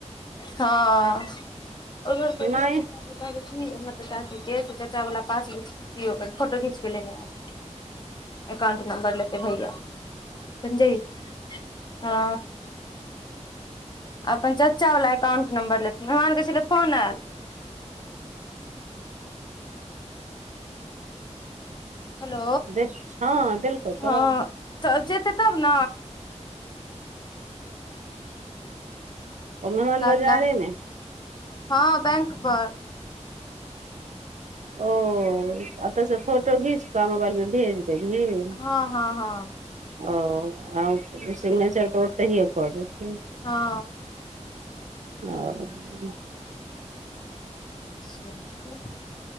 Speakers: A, on the left; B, on the right.
A: हँ, ओए घर
B: सुनाइ
A: पर धिया पुता के कि, चाची के, से चचा वला पासबूक दियो, फोटो खींच के लेने आब, एकाउंट नम्बर, लेतै भैया, संजय, आ, अपन चचा वला एककाउंट नंबर लेथिन, मेहमान के छले फोन आयल, हेलो,
B: दे हँ देलकौ
A: हँ,
B: तऽ
A: तब जेतै, तब न,
B: ओ, मेहमान,
A: लाबै
B: बजारेमे,
A: ला हँ, बैंक पर,
B: ओ, अतस फोटो घीच कऽ, मोबाइल मे भेज, देवहिन
A: हँ हँ हँ
B: ओ आ सिग्नेचर
A: से
B: तोर ताहिए कऽ देथिन।
A: हँ
B: ओ।
A: <inaudible>